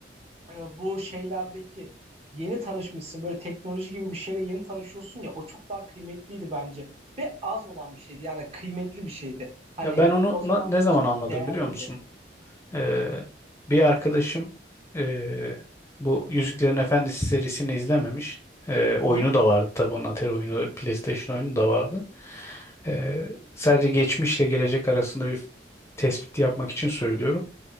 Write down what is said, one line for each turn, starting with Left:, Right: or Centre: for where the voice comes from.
Right: e, bu şeylerdeki yeni tanışmışsın böyle teknoloji gibi bir şeyle yeni tanışıyorsun ya o çok daha kıymetliydi bence ve az olan bir şeydi yani kıymetli bir şeydi. Hani
Left: Ya ben onu
Right: o zamanlar
Left: na- ne zaman
Right: için
Left: anladım
Right: değerliydi.
Left: biliyor musun? Ee, bir arkadaşım ee, bu Yüzüklerin Efendisi serisini izlememiş. Ee, oyunu
Right: Hı hı.
Left: da vardı tabii onun Atari oyunu, PlayStation oyunu da vardı. Ee, sadece geçmişle gelecek arasında bir tespit yapmak için söylüyorum.